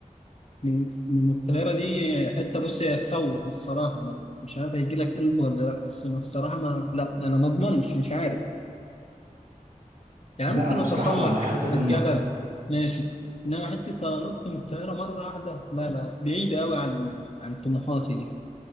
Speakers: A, on the left; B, on the right.
A: من من الطيارة دي حتة بص هي تخوف الصراحة أنا مش عارف هيجي لك قلب ولا لأ بس أنا الصراحة ما لأ أنا ما أضمنش مش عارف يعني
B: لا
A: ممكن
B: انا
A: أتسلق
B: بصراحة حتة
A: الجبل
B: ان
A: ماشي إنما حتة أنط من الطيارة مرة واحدة لا لا بعيدة أوي عن عن طموحاتي دي